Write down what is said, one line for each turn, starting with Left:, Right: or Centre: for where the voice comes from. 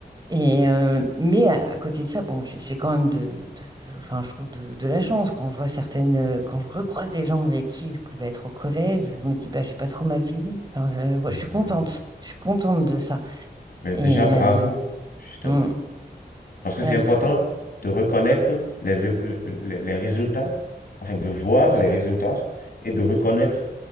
Right: et, euh, mais à, à côté de ça, bon, j'ai j'ai quand même de, de- enfin, je trouve de, de la chance quand je vois certaines, euh, quand je recroise des gens avec qui je pouvais être au collège, je me dis, bah, j'ai pas trop mal vieilli. Enfin, je,
Left: Mhm.
Right: je suis contente, je suis contente de ça.
Left: Mais
Right: Et
Left: déjà, bravo,
Right: euh,
Left: justement.
Right: mm,
Left: Parce que
Right: merci.
Left: c'est important de reconnaître les, les, les résultats, enfin de voir les résultats et de reconnaître